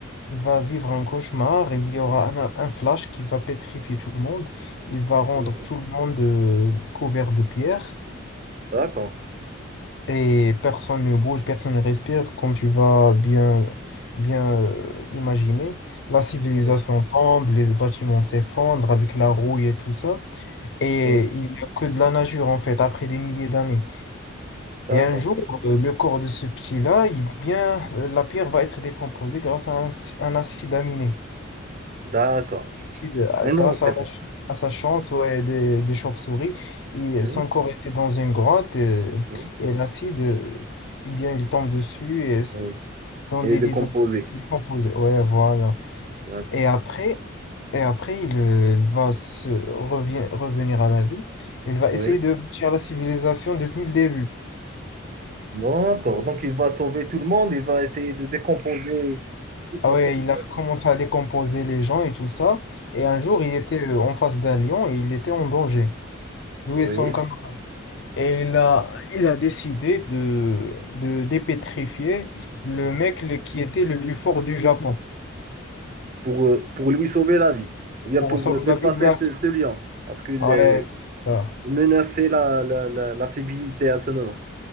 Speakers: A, on the left; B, on the right.
A: Il va vivre un cauchemar, il y aura un, un flash qui va pétrifier tout le monde, il va rendre
B: Oui,
A: tout le monde euh, couvert de pierre
B: d'accord.
A: et personne ne bouge, personne ne respire, comme tu vas bien, bien euh, imaginer. La civilisation
B: Oui,
A: tombe, les bâtiments s'effondrent avec la rouille et tout ça, et
B: oui,
A: il n'y a que de la nageure en fait, après des milliers d'années.
B: d'accord.
A: Et un jour, euh, le corps de ce petit-là, il, bien, euh, la pierre va être décomposée grâce à un, un acide aminé.
B: D'accord.
A: il, euh,
B: Vraiment
A: grâce
B: intéressant.
A: à, la ch- à sa chance ouais, des, des chauves-souris, il-
B: Oui,
A: son corps était dans une grotte euh,
B: oui.
A: et, l'acide, euh, eh bien, il tombe dessus et s-
B: oui.
A: dans
B: Et
A: des
B: le
A: dizaines
B: composé.
A: d'années, il s'est décomposé. Ouais, voilà.
B: D'accord.
A: Et après, et après il, euh, il va se revient, revenir à la vie. Il va
B: Oui.
A: essayer de bâtir la civilisation depuis le début.
B: D'accord. Donc, il va sauver tout le monde, il va essayer de décomposer toute
A: Ah
B: la
A: ouais,
B: population.
A: il a commencé à décomposer les gens et tout ça. Et un jour, il était euh, en face d'un lion et il était en danger. Lui
B: Oui,
A: et son Et il a, il a décidé de, de dépétrifier le mec le- qui était le plus fort du Japon
B: pour, euh, pour lui sauver la vie, ou bien
A: pour
B: pour
A: sauver
B: euh, dépasser
A: la vie du gars.
B: ce, ce lion, parce qu'il
A: Ah
B: est
A: Ouais, c'est ça.
B: il menaçait la, la, la, la civilité à ce moment.